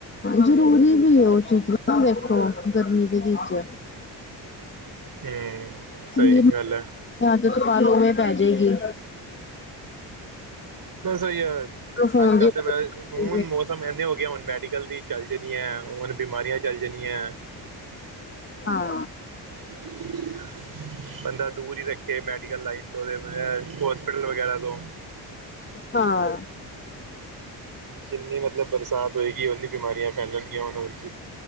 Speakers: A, on the left; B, on the right.
A: ਜ਼ਰੂਰੀ ਵੀ ਓ ਚੀਜ਼ਾਂ ਵੇਖੋ, ਗਰਮੀ ਦੇ ਵਿੱਚ
B: ਹੂੰ, ਸਹੀ
A: ਇਹ
B: ਗੱਲ ਐ।
A: ਆਦਤ ਪਾਲੋ ਓਵੇਂ ਪੈ ਜਾਏਗੀ।
B: <unintelligible>
A: ਫੋਨ
B: ਅੱਜ ਕੱਲ
A: ਦੀ
B: ਤਾਂ
A: ਆਦਤ
B: ਵੈਸ ਹੁਣ
A: ਪਈ ਹੈ
B: ਮੌਸ ਮ ਐਨੇ ਹੋ ਗਏ ਹੁਣ ਮੈਡੀਕਲ ਦੀ ਚੱਲ ਜਣੀ ਐ ਹੁਣ ਬਿਮਾਰੀਆਂ ਚੱਲ ਜਣੀ ਐ।
A: ਹਾਂ।
B: <unintelligible> <unintelligible> ਬੰਦਾ ਦੂਰ ਈ ਰੱਖੇ ਮੈਡੀਕਲ ਲਾਈਨ ਤੋਂ ਤੇ ਹੋਸਪੀਟਲ ਵਗੈਰਾ ਤੋਂ।
A: ਹਾਂ।
B: ਜਿੰਨੀ ਮਤਲਬ ਬਰਸਾਤ ਹੋਏਗੀ ਓਨੀ ਬਿਮਾਰੀਆਂ ਫੈਲਣਗੀਆਂ ਹੁਣ ਹੋਰ ਕੀ।